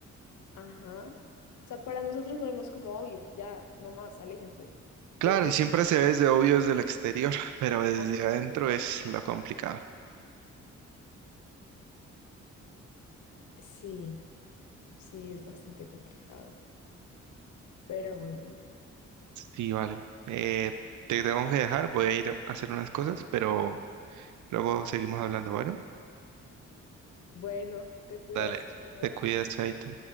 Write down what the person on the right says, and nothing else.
Claro,
y siempre se ve desde obvio desde el exterior, <laughs> pero desde
adentro es lo complicado.
Sí, vale. Eh, te tengo que dejar, voy a ir a hacer unas cosas, pero luego seguimos hablando. Bueno,
dale,
te cuidas, chaito.